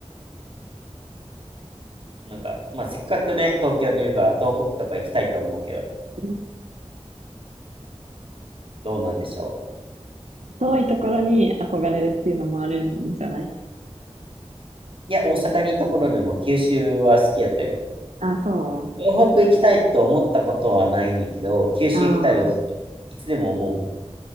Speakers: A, on the right; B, on the right.
A: なんか、まあ、せっかくね、東京にいるから、東北とか行きたいと思うけど、
B: うん
A: どうなんでしょ
B: 遠いところに憧れるっていうのもあるんじゃない
A: う。いや、大阪にいた頃でも九州は好きやったよ。
B: あ、そう。
A: 東北行きたいと思ったことはないねんけど、九州行きたいはずっと、
B: ああ
A: いつでも思